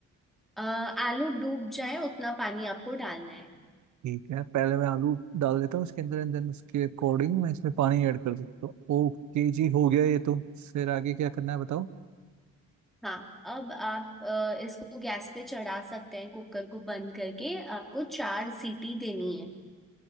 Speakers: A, in the centre; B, on the right.
A: अ, आलू डूब जाए उतना पानी आपको डालना है
B: ठीक है पहले मैं आलू डाल देता हूँ इसके अंदर एंड देन उसके अकॉर्डिंग मैं इसमें पानी ऐड कर देता हूँ ओके जी हो गया ये तो फिर आगे क्या करना है बताओ
A: हाँ अब आप अ, इसको गैस पे चढ़ा सकते हैं कुकर को बंद करके आपको चार सीटी देनी है